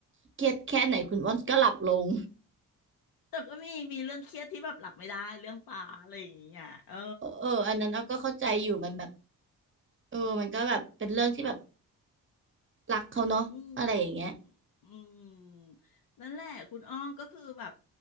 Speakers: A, on the right; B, on the left.
A: เครียดแค่ไหนคุณอ้วนก็หลับลง
B: แต่ก็มีมีเรื่องเครียดที่แบบหลับไม่ได้เรื่องปลาอะไรอย่างเงี้ยเออ
A: เออเอออันนั้นอ้อก็เข้าใจอยู่มันแบบเออมันก็แบบเป็นเรื่องที่แบบรักเขาเนาะอะไรอย่างเงี้ย
B: อืมอืมนั่นแหละคุณอ้อก็คือแบบ